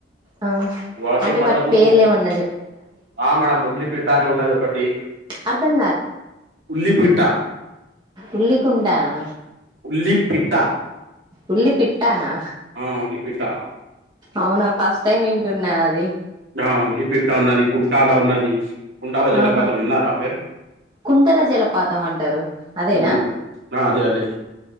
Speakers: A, on the right; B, on the right.
A: ఆ
B: వర్షం
A: అంటే
B: పడ్డప్పుడు
A: వాటి పేర్లు ఏమన్న
B: ఆ మేడమ్ ఉల్లిపిట్ట అని ఉన్నది ఒకటి
A: అర్ధం
B: ఉల్లిపిట్ట
A: ఉల్లి కుండ నా
B: ఉల్లిపీట్టా
A: ఉల్లి పిట్టనా
B: ఆ ఉళ్లి పిట్టా
A: అవునా ఫస్ట్ టైమ్ వింటున్నా అది
B: ఆ ఉల్లిపిట్ట ఉన్నది కుంటాల ఉన్నది కుంటాల జలపాతం
A: ఆహా
B: విన్నారా మీరు
A: కుంతల జలపాతం అంటారు అదేనా
B: హ్మ్ ఆ అదే అదే